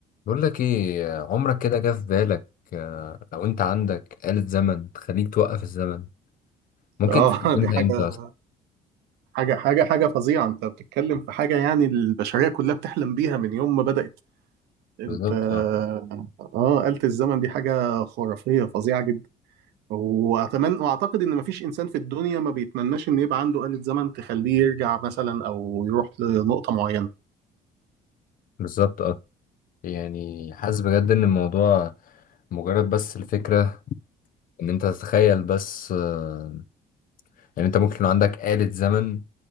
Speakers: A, on the left (about 55°); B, on the right (about 80°).
A: بقول لك ايه عمرك كده جه في بالك آه، لو انت عندك آلة زمن تخليك توقف الزمن ممكن
B: اه
A: تستخدمها
B: <laughs> دي حاجة
A: امتى اصلا
B: حاجة حاجة حاجة فظيعة انت بتتكلم في حاجة يعني البشرية كلها بتحلم بيها من يوم ما بدأت انت
A: بالظبط اه
B: اه آلة الزمن دي حاجة خرافية فظيعة جدا واتمنى واعتقد ان مفيش انسان في الدنيا ما بيتمناش ان يبقى عنده آلة زمن تخليه يرجع مثلا او يروح لنقطة معينة
A: بالظبط اه يعني حاسس بجد ان الموضوع مجرد بس الفكرة ان انت تتخيل بس آه، ان انت ممكن يكون عندك آلة زمن